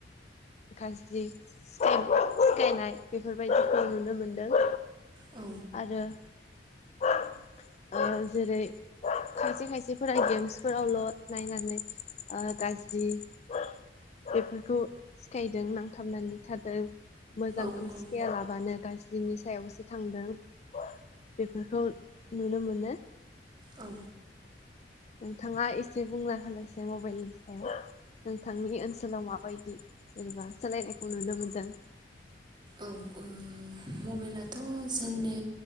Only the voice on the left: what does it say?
गाज्रि <unintelligible> सिखायनाय बेफोरबायदिखौ नुनो मोनदों।
आरो ओ जेरै खायसे खायसेफोरा गेम्सफोरावल' नायनानै ओ गाज्रि <unintelligible> <unintelligible> सिखायदों नांथाबनानै थादों मोजांखौ
सिखायालाबानो गा बिनि सायावसो थांदों बेफोरखौ नुनो मोनो।
नोंथाङा एसे बुंना होनायसै मबाइलनि सायाव, नोंथांनि ओन ओनसोलाव मा बायदि जेनेबा सोलायनायखौ नुनो मोन्दों?